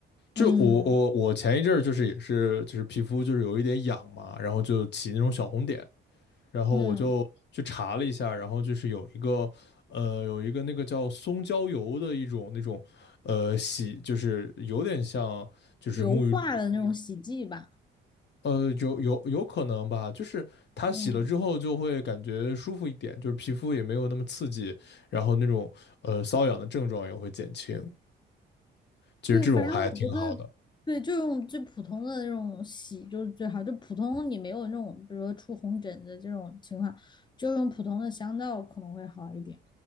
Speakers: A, on the left; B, on the left.
A: 就我我我前一阵儿就是也是就是皮肤就是有一点痒嘛，
B: 嗯
A: 然后就起那种小红点，然后我就去查了一下，
B: 嗯，
A: 然后就是有一个呃有一个那个叫松焦油的一种那种呃洗，就是有点像就是沐浴露，
B: 硫化的那种洗剂吧。
A: 呃有有有可能吧，就是它洗了之后就会感觉舒服一点，
B: 嗯。
A: 就是皮肤也没有那么刺激，然后那种呃瘙痒的症状也会减轻，其实这种还挺好的，
B: 对，反正我觉得，对，就用最普通的那种洗就是最好。就普通你没有那种，比如说出红疹子这种情况，就用普通的香皂可能会好一点。